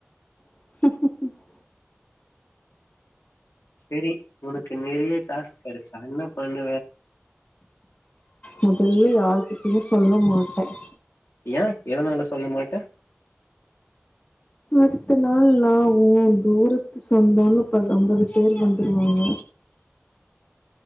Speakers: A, on the left; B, on the left.
A: <inaudible>
B: சேரி உனக்கு நெறைய காசு கெடைச்சா என்ன பண்ணுவ
A: முதல்ல யாருகிட்டையும் சொல்ல மாட்டேன்
B: ஏன் எதனால சொல்ல மாட்டே
A: அடுத்த நாள் நா உ தூரத்து சொந்தோன்னு பத ஐம்பது பேர் வந்துருவாங்க